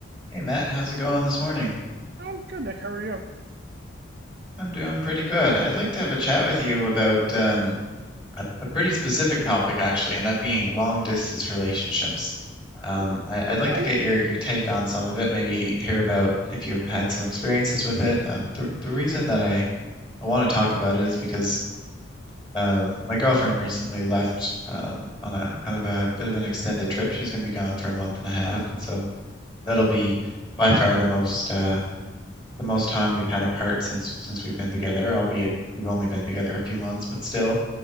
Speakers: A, on the left (about 25°); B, on the right (about 50°).
A: Hey Matt, how's it going this morning?
B: I'm good, Nick. How are you?
A: I'm doing pretty good. I'd like to have a chat with you about um, a, a pretty specific topic actually, and that being long distance relationships. Um,
B: Oh,
A: I, I'd
B: okay.
A: like to get your, your take on some of it, maybe hear about if you've had some experiences with it. Uh, the, the reason that I, I want to talk about it is because um, my girlfriend recently left um, on a kind of a bit of an extended trip. She's going to be gone for a month and a half, and so that'll be by far the most uh, the most time we've had apart since since we've been together, albeit we've only been together a few months, but still.